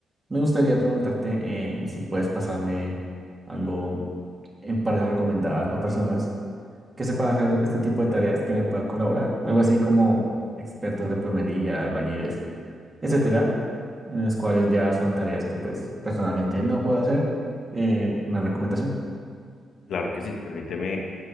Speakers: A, on the right (about 25°); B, on the left (about 70°).
A: me gustaría preguntarte eh, si puedes pasarme algo en parejas recomendadas o personas que sepan hacer este tipo de tareas que me puedan colaborar. Algo así como expertos de plomería, albañiles, etcétera, en las cuales ya son tareas que pues personalmente no puedo hacer. Eh, una recomendación.
B: Claro que sí, permíteme